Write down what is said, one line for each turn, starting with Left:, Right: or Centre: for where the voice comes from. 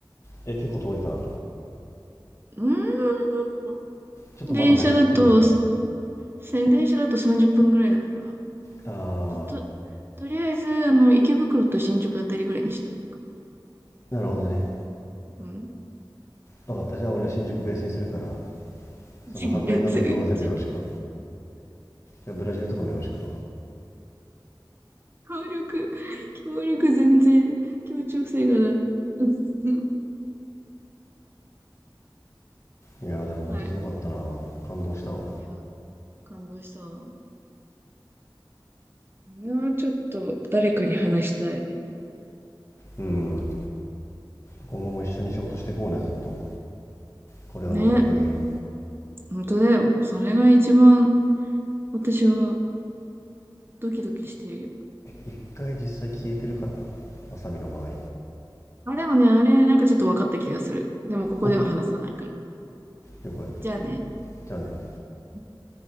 Left: え結構遠いかな
Right: うー
Left: ちょっとまだ早すぎるかな
Right: ん。電車だと、せ電車だと30分ぐらいだから、
Left: あ
Right: ちょっと、とりあえず、あの、池袋と新宿あたりぐらいにしてみようか。
Left: ーなるほどね
Right: うん。
Left: 分かったじゃあ俺新宿ベースにするから
Right: じつじ
Left: その反対側の移動は全部よろしくいやブラジルとかもよろしくだ
Right: 協力、協力全然、協調性がない。うん
Left: いやーでもほんとすごかったな
Right: <laughs> はい。
Left: 感動したわ
Right: いや、感動したわ。これはちょっと誰かに話したい。
Left: うん今後も一緒に仕事してこうねずっとこれが残る限り
Right: ね、本当だよ。それが一番私はドキドキしてるよ。
Left: 一回実際消えてるからな浅見の場合
Right: あ、でもね、あれ、なんかちょっと分かった気がする。でもここでは話さないから。
Left: お了解
Right: じゃあね。
Left: じゃあね
Right: <laughs>